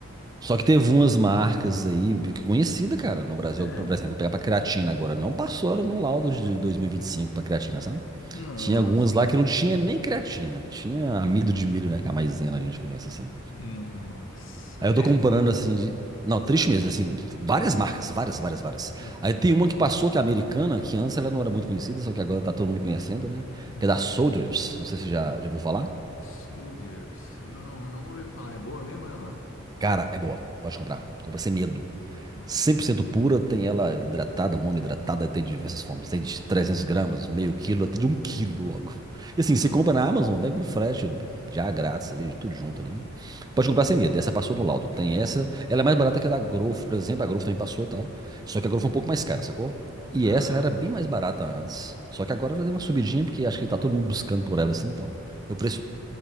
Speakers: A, on the right; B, on the left.
A: Só que teve umas marcas aí, que conhecida, cara, no Brasil.
B: É?
A: Por exemplo, vou pegar pra creatina agora. Não passou no laudo de 2025 pra creatina, sabe?
B: Nossa.
A: Tinha algumas lá que não tinha nem creatina. Tinha amido de milho, né? Que é a maisena a gente conhece, assim.
B: Nossa,
A: Aí eu
B: é
A: tô comparando,
B: triste.
A: assim... de- Não, triste mesmo, assim.
B: Uhum.
A: Várias marcas, várias, várias, várias.
B: Ah,
A: Aí tem uma que passou, que é americana, que antes ela não era muito conhecida, só que agora tá todo mundo conhecendo, né?
B: ah.
A: Que é da Soldiers. Não sei se você já, já ouviu falar.
B: Soldiers. Não, não ouvi falar. É boa mesmo ela?
A: Cara, é boa. Pode comprar. Compra sem medo.
B: Nossa.
A: cem por cento pura, tem ela hidratada, monohidratada, tem de diversas formas. Tem de 300 gramas, meio quilo, até de um quilo logo. E assim,
B: Nossa.
A: você compra na Amazon, vem com frete já grátis ali, tudo junto ali. Pode comprar sem medo, essa passou no laudo. Tem essa, ela é mais barata que a da Growth, por exemplo, a Growth também passou e tal. Só
B: Uhum.
A: que a Growth é um pouco mais cara, sacou? E
B: Ah,
A: essa ela era
B: entendi.
A: bem mais barata antes. Só que agora ela deu uma subidinha, porque acho que tá todo mundo buscando por ela assim e tal. E o preço